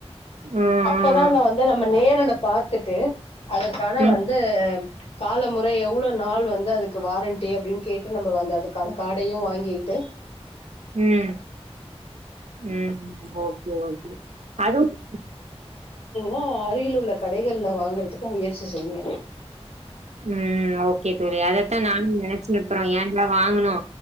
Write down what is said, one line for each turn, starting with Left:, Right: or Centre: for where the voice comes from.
Right: ம்
Left: அப்பதா நா வந்து நம்ம நேருல பாத்துட்டு அதர்கான
Right: ம்
Left: வந்து காலமுறை எவ்ளோ நாள் வந்து அதுக்கு வாரண்டி அப்டின்னு கேட்டு நம்ம வந்து அதுக்கான காடயு வாங்கிகிட்டு
Right: உம் உம் ஓகே ஓகே அதுவு
Left: ஓ அருகில் உள்ள கடைகள்ல வாங்குறதுக்கு முயற்சி செய்ங்க
Right: உம் ஓகே தோழி அதத்தா நானும் நெனைச்சு அப்புறோ ஏன்டா வாங்குனோ